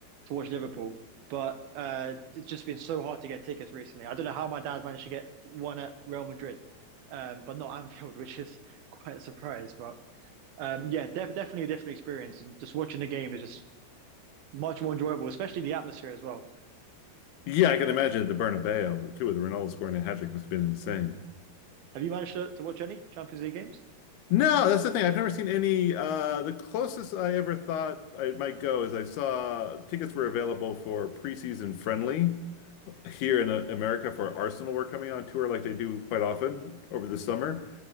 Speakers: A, on the right; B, on the left.
A: to watch Liverpool, but uh, it's just been so hard to get tickets recently. I don't know how my dad managed to get one at Real Madrid, um, but not <laughs> Anfield, which is quite a surprise. But um, yeah, def definitely a different experience, and just watching the game is just much more enjoyable, especially the atmosphere as well.
B: Yeah, I can imagine the Bernabeu too, with Ronaldo scoring a hat trick must have been insane.
A: Have you managed to, to watch any Champions League games?
B: No, that's the thing. I've never seen any. Uh, the closest I ever thought I might go is I saw tickets were available for preseason friendly here in uh, America for Arsenal were coming on tour like they do quite often over the summer.